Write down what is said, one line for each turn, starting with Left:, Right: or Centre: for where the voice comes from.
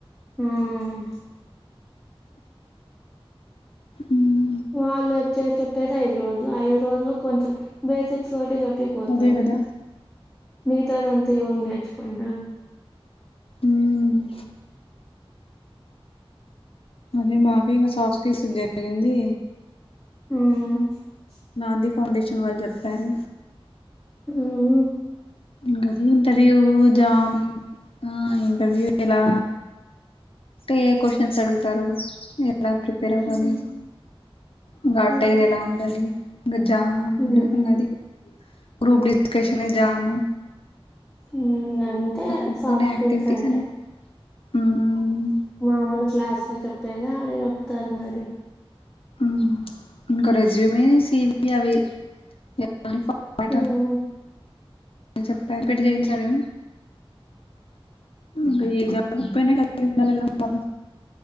Centre: ఆహ్
Left: మ్మ్
Centre: వాళ్ళు వచ్చే చెప్పేది ఐదు రోజు ఐదు రోజులు కొంచెం బేసిక్స్ తోటి చెప్ ప్పి పోతారు
Left: అదే కదా
Centre: మిగతాదంతా యోన్ నేర్చుకుంటం
Left: మ్మ్ అదే మాకే ఇంక సాఫ్ కేస్ జరిగింది
Centre: ఆహ్
Left: నౌన్ది ఫౌండేషన్ వాళ్ చెప్పారు
Centre: ఉమ్మ్
Left: ఇంగ దీన్ తరియు జాం ఆ ఇంటర్వ్యూ ఎలా టే క్యూషన్స్ అడుగుతారు ఎలా ప్రిపేర్ అవ్వాలి
Centre: ఉమ్
Left: ఇంగా అటైర్
Centre: ఓకే
Left: ఎలా ఉండాలి ఇంకా జా
Centre: హ్మ్
Left: బుడ్ ఇంగది గ్రూప్ డిస్కషన్, జామ్
Centre: ఉ అంటే
Left: ఇంకా కొన్ని
Centre: సాఫ్ట్
Left: కొన్ని
Centre: స్కిల్స్
Left: యాక్టివిటీస్
Centre: అంటే
Left: అన్ని మ్మ్
Centre: మామూలు క్లాస్ లో చెప్ చెప్పేది ఆడ చెప్తన్నారు
Left: ఉ ఇకా రెసుమె ఏ సివిలు అవి <unintelligible>
Centre: హ్మ్
Left: చెప్ప ఎ పెటి చేయించారు <unintelligible> ప